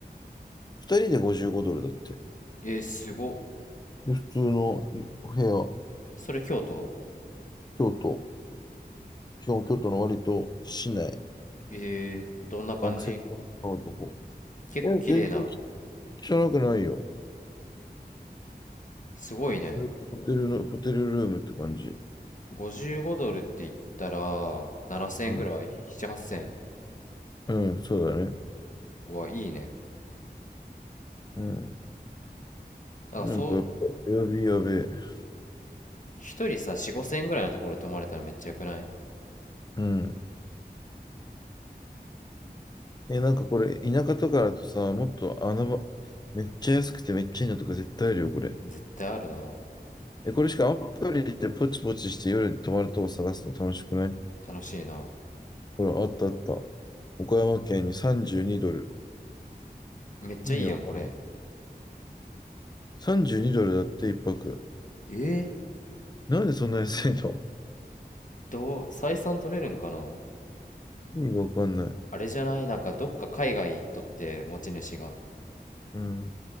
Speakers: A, on the left; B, on the left.
A: ?2 人で55ドルだって。
B: えー、すごっ
A: で、普通のいお部屋、
B: それ京都
A: 京都、しかも京都の割と市内、
B: えー、どんな感じ
A: アクセスの高いとこ。
B: 結構綺麗な
A: え、全然汚くないよ。
B: すごいね
A: それホテルの、ホテルルームって感じ。
B: 55ドルって言ったら7000円ぐらい
A: うん、
B: ?7、8000
A: うん、そうだね。
B: はいいね
A: うん。
B: だからそう
A: なんかやっぱ、エアビーやべえ。
B: 一人さ4、5000円ぐらいのところで泊まれたらめっちゃよくない
A: うん。え、なんかこれ、田舎とかだとさ、もっと穴場、めっちゃ安くてめっちゃいいのとか絶対あるよ、これ。
B: 絶対あるな
A: え、これしかアプリでポチポチして夜に泊まるとこ探すの楽しくない
B: 楽しいな
A: ほら、あったあった。岡山県に32ドル。
B: めっちゃいいやんこれ
A: 意味わからん。32ドルだって一泊。
B: え
A: なんでそんな安いの
B: ー、どう採算取れるんかな
A: <laughs> 意味がわかんない。
B: あれじゃないなんかどっか海外行っとって持ち主が
A: うん。